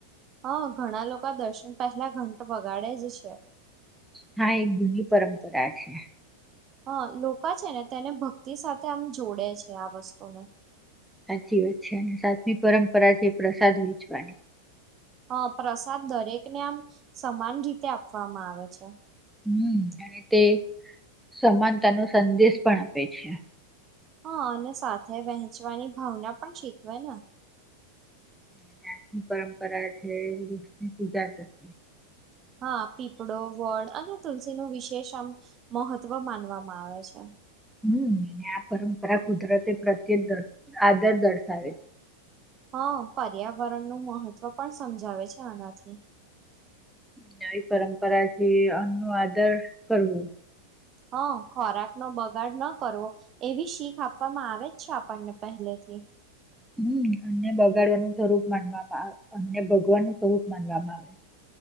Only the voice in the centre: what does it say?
હા એક જુની પરંપરા છે.
સાચી વાત છે અને સાતમી પરંપરા છે પ્રસાદ વેચવાની.
હમ્મ અને તે સમાનતાનો સંદેશ પણ આપે છે.
અને આજની પરંપરા છેષની પૂજા કરતી.
હમ્મ અને આ પરંપરા કુદરતી પ્રત્યે આદર દર્શાવે છે.
હ આવી પરંપરાથી આમ નુ આદર કરવો.
હમ્મ અને બગાડવાનું સ્વરૂપ માનવામાં આવે અને ભગવાનું સ્વરૂપ માનવામાં આવે.